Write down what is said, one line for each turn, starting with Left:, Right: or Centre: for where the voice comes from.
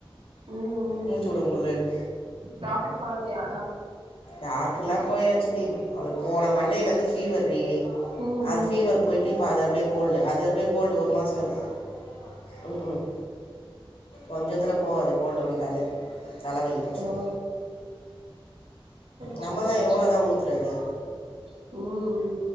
Right: ம்
Left: மூச்சு
Right: ம்
Left: விட முடியலன்னு
Right: டாக்டர் பாத்தியா
Left: டாக்டரலா போயாச்சி டி அவுளுக்கு போன மண்டேல இருந்து ஃபீவர் ரி
Right: ம் ம்
Left: அது ஃபீவர் போயிட்டு இப்ப அது அப்டியே கோல்டு அது அப்டியே கோல்டு ஒரு மாசோ இருக்கும் ம் ஹூம் கொஞ்சத்துல போவாது கோல்டு வண்டாலே தல வலி புட்ச்சுது
Right: ஓ அச்சோ
Left: நம்மதா
Right: அச்சோ
Left: எவ்ளோதா ஊத்துறது
Right: ம் ம்